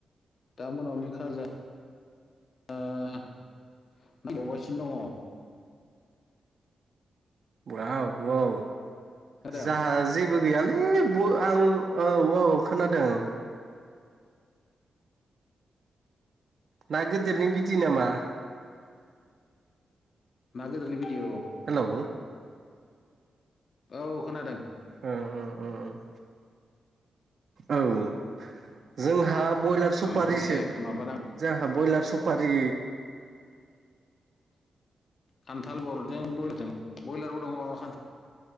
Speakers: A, on the left; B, on the right.
A: दा मोनावनो खाजा आ अवगासिनो दङ।
B: ब्राव बाव
A: दङ
B: जाहा
A: खोनादों
B: जेबो गैयालै बु आं औ औ खोनादों। ना गोदोरनि बिदै नामा?
A: ना गोदोरनि बिदै औ
B: हेलौ
A: औ खोनादों।
B: ओं ओं उम उम औ जोंहा बयलार सुपारिसो
A: ओमफ्राय माबादां
B: जोंहा बयलार सुपारि
A: खान्थाल गरजों ब्रयलारजों ब्रयलारबो दंङ खान्थाल